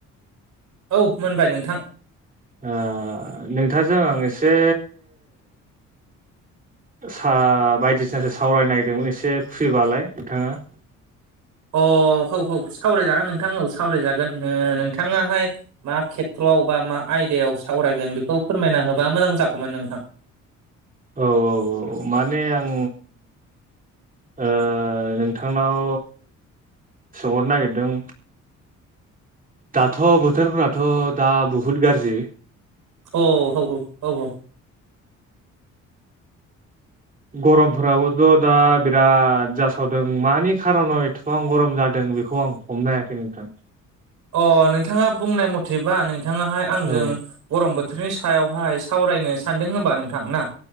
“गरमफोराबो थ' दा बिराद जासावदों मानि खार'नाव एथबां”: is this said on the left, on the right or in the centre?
Right